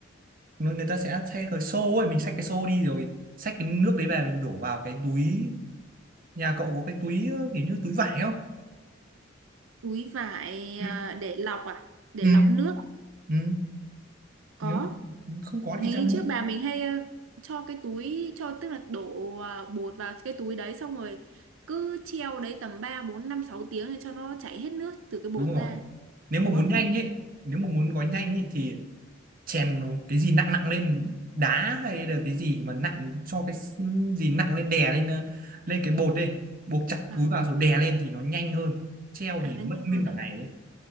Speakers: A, on the right; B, on the right.
A: người người ta sẽ xay cái xô ấy mình xách cái xô đi rồi xách cái nước đấy về mình đổ vào cái túi nhà cậu có cái túi ờ, kiểu như túi vải không
B: Túi vải
A: ừ.
B: à, để lọc à? Để
A: Ừ.
B: lọc nước
A: Ừ.
B: có.
A: nếu không có
B: Thì
A: thì ra mua
B: trước bà mình hay ờ, cho cái túi cho tức là đổ à, bột vào cái túi đấy xong rồi cứ treo đấy tầm 3 4 5 6 tiếng để cho nó chảy hết nước từ cái bột
A: đúng rồi
B: ra,
A: nếu mà
B: đúng
A: muốn
B: không?
A: nhanh ấy nếu mà muốn gói nhanh ấy thì chèn cái gì nặng nặng lên đá hay là cái gì mà nặng cho cái s- gì nặng lên đè lên ờ, lên cái bột đi buộc chặt
B: À
A: túi vào rồi đè lên thì nó nhanh hơn treo
B: à
A: thì
B: nó
A: mất
B: nhanh
A: nguyên
B: hơn
A: cả
B: à?
A: ngày ấy.